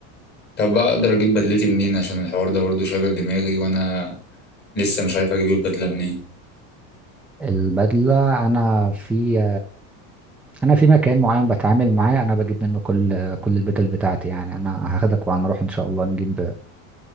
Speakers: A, on the left (about 25°); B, in the centre.
A: طب اقدر اجيب بدلتي منين عشان الحوار ده برضه شاغل دماغي وانا لسه مش عارف اجيب البدله منين
B: البدلة أنا في أنا في مكان معين بتعامل معاه أنا بجيب منه كل كل البدل بتاعتي يعني أنا هاخدك وهنروح إن شاء الله نجيب